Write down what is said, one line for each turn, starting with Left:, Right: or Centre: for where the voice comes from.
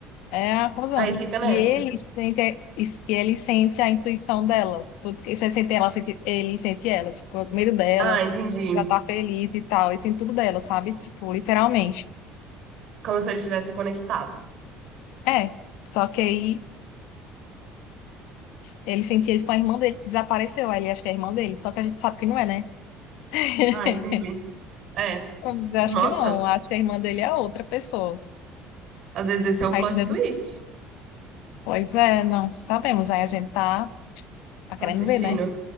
Left: é uma confusão.
Right: Aí fica nessa.
Left: E ele sente, e ele sente a intuição dela, tudo que ele sente ela, sente, ele sente ela, tipo, o medo dela,
Right: Ah, entendi.
Left: ela tá feliz e tal, ele sente tudo dela, sabe? Tipo, literalmente.
Right: Como se eles estivessem conectados.
Left: É, só que aí ele sentia isso com a irmã dele, que desapareceu, aí ele acha que é a irmã dele, só que a gente sabe que não é, né? <laughs>
Right: Ah, entendi. É.
Left: Mas eu acho
Right: Nossa,
Left: que não, acho que a irmã dele é outra pessoa.
Right: às vezes esse é o
Left: Aí
Right: plot
Left: que deve...
Right: twist.
Left: Pois é, não sabemos, aí a gente tá, tá
Right: Tô
Left: querendo
Right: assistindo.
Left: ver, né?